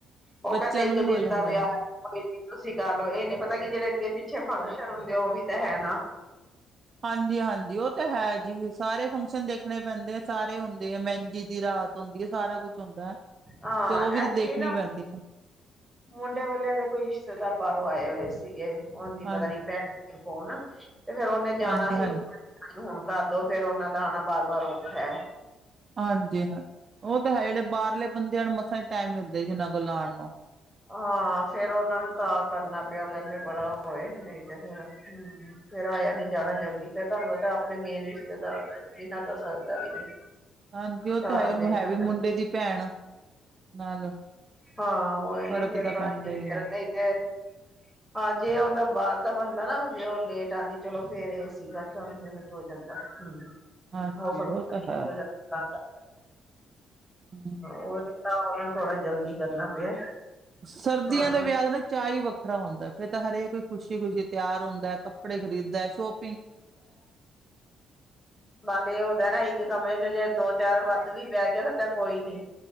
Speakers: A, in the centre; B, on the right.
A: ਉਹ
B: ਬੱਚਿਆਂ
A: ਕਹਿੰਦੇ ਇੱਕ
B: ਨੂੰ ਵੀ ਹੋ
A: ਦਿਨ
B: ਜਾਂਦਾ
A: ਦਾ ਵਿਆਹ
B: ਹੈ
A: ਤੁਸੀਂ ਕਰ ਲਓ, ਇਹ ਨੀ ਪਤਾ ਕਿ ਜਿਹੜੇ ਅੱਗੇ ਪਿੱਛੇ ਫੰਕਸ਼ਨ ਹੁੰਦੇ ਉਹ ਵੀ ਤਾਂ ਹੈ ਨਾ।
B: ਹਾਂਜੀ -ਹਾਂਜੀ, ਉਹ ਤਾਂ ਹੈ ਜੀ। ਸਾਰੇ ਫੰਕਸ਼ਨ ਦੇਖਣੇ ਪੈਂਦੇ ਆ, ਸਾਰੇ ਹੁੰਦੇ ਆ ਮਹਿੰਦੀ ਦੀ ਰਾਤ। ਹੁੰਦੀ ਹੈ, ਸਾਰਾ ਕੁਛ ਹੁੰਦਾ,
A: ਹਾਂ
B: ਤੇ ਉਹ ਵੀ ਤਾਂ
A: ਐਕਚੁਲੀ
B: ਦੇਖਣੀ
A: ਨਾ
B: ਪੈਂਦੀ ਹੈ।
A: ਮੁੰਡੇ, ਵਾਲਿਆਂ ਦੇ ਕੋਈ ਰਿਸ਼ਤੇਦਾਰ ਬਾਹਰੋਂ ਆਏ ਹੋਏ ਸੀ। ਸੀਗੇ, ਉਹ ਦੀ
B: ਹਾਂਜੀ,
A: ਪਤਾ ਨੀ ਭੈਣ ਕੇ ਕੌਣ ਤੇ ਫੇਰ ਉਹਨੇ ਜਾਣਾ
B: ਹਾਂਜੀ-ਹਾਂਜੀ,
A: ਸੀਗਾ। ਹੁਣ ਕਰਦੋ, ਫਿਰ ਉਹਨਾਂ ਦਾ ਆਣਾ ਬਾਰ -ਬਾਰ ਔਖਾ ਹੈ।
B: ਹਾਂਜੀ- ਹਾਂਜੀ, ਉਹ ਤਾਂ ਹੈ ਜਿਹੜੇ ਬਾਹਰਲੇ ਬੰਦਿਆਂ ਨੂੰ ਮਸਾਂ ਟਾਈਮ ਮਿਲਦਾ ਜੀ, ਉਹਨਾਂ ਕੋਲ ਆਉਣ ਨੂੰ।
A: ਹਾਂ ਫੇਰ ਉਹਨਾ ਨੂੰ ਤਾਂ ਕਰਨਾ ਪਿਆ, ਕਹਿੰਦੇ ਬੜਾ ਉਹ ਏ ਨਹੀਂ ਤੇ ਫੇਰ ਹਮ ਫੇਰ ਆਇਆ ਨੀ ਜਾਣਾ ਜਲਦੀ, ਫੇਰ ਤੁਹਾਨੂੰ ਪਤਾ ਆਪਣੇ ਮੇਨ ਰਿਸ਼ਤੇਦਾਰਾਂ ਬਿਨਾਂ ਤਾਂ ਸਰਦਾ ਵੀ ਨੀ।
B: ਹਾਂਜੀ, ਉਹ
A: ਸਾਰਾ
B: ਤਾਂ
A: ਦੇਖਣਾ
B: ਹੈ ਵੀ
A: ਪੈਂਦਾ
B: ਮੁੰਡੇ ਦੀ ਭੈਣ, ਨਾਲ।
A: ਹਾਂ ਉਹੀ
B: ਫ਼ਰਕ
A: ਨਾ ਫਿਰ
B: ਤਾਂ
A: ਫ
B: ਪੈਂਦਾ
A: ਤੇ
B: ਹੀ ਆ
A: ਹਾਂ, ਜੇ ਉਹਦਾ ਬਾਹਰ ਦਾ ਬਣਦਾ ਨਾ। ਜੇ ਉਹ ਲੇਟ ਆਉਂਦੀ, ਚਲੋ ਫੇਰ ਇਹ ਸੀਗਾ ਚਲ ਲੇਟ ਹੋ ਜਾਂਦਾ ਹਮ।
B: ਹਾਂਜੀ
A: ਮੌਸਮ
B: ਉਹ ਤਾਂ ਹੈ।
A: ਹੋ ਜਾਂਦਾ ਹਾਂ ਤਾਂ
B: ਹਮ।
A: ਉਹ ਥੋੜਾ ਜਲਦੀ ਕਰਨਾ ਪਿਆ।
B: ਸਰਦੀਆਂ
A: ਹਾਂ
B: ਦੇ ਵਿਆਹ ਨਾ ਚਾਹ ਹੀ ਵੱਖਰਾ ਹੁੰਦਾ ਫਿਰ ਤਾਂ ਹਰੇਕ ਖੁਸ਼ੀ ਖੁਸ਼ੀ ਤਿਆਰ ਹੁੰਦਾ ਹੈ ਕੱਪੜੇ ਖਰੀਦ ਦਾ ਸ਼ੋਪ।
A: ਬੇ ਉਹਦਾ ਨਾ ਇੱਕ ਕਮਰੇ। ਜੇ ਜੇ ਦੋ ਚਾਰ ਵੱਧ ਵੀ ਬਹਿ ਗਿਆ ਤਾਂ ਚ ਕੋਈ ਨੀ